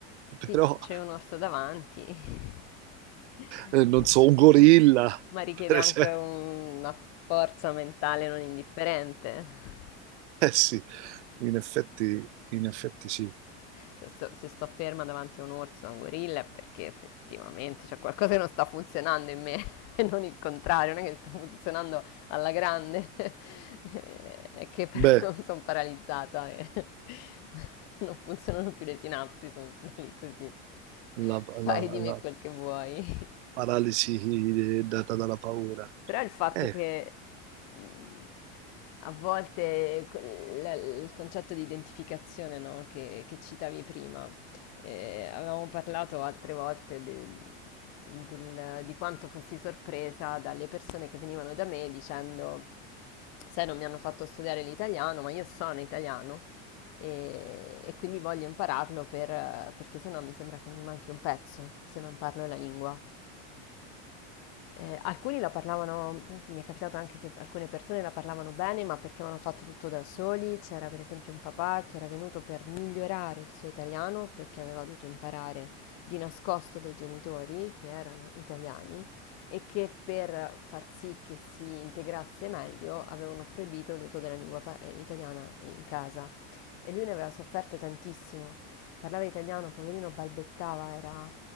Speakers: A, on the right; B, on the left.
A: <laughs>
B: Sì,
A: però,
B: se c'è un orso davanti, <laughs>
A: eh, non so, un gorilla,
B: ma richiede
A: per
B: anche
A: esempio.
B: un- una forza mentale non indifferente.
A: Eh sì. In effetti, in effetti sì.
B: se sto, se sto ferma davanti a un orso o a un gorilla è perché effettivamente c'è qualcosa che non sta funzionando in me e <laughs> non il contrario, non è che sta funzionando alla grande, <laughs> è che però
A: <laughs> Beh,
B: sono paralizzata e <laughs> non funzionano più le sinapsi, sono lì così.
A: la,
B: Fai
A: la-
B: di me
A: la
B: quel che vuoi.
A: paralisi data dalla paura.
B: Però il fatto
A: Eh,
B: che mh, a volte que- la- il concetto di identificazione, no, che, che citavi prima, eh, avevamo parlato altre volte de- del- di quanto fossi sorpresa dalle persone che venivano da me dicendo, sai, non mi hanno fatto studiare l'italiano, ma io sono italiano e, e quindi voglio impararlo per- perché sennò mi sembra che mi manchi un pezzo se non parlo la lingua. Eh, alcuni la parlavano, mi è capitato anche che alcune persone la parlavano bene, ma perché avevano fatto tutto da soli. C'era per esempio un papà che era venuto per migliorare il suo italiano perché aveva dovuto imparare di nascosto dai genitori che erano italiani e che per far sì che si integrasse meglio avevano proibito l'uso della lingua pa- italiana in casa e lui ne aveva sofferto tantissimo. Parlava italiano, poverino, balbettava, era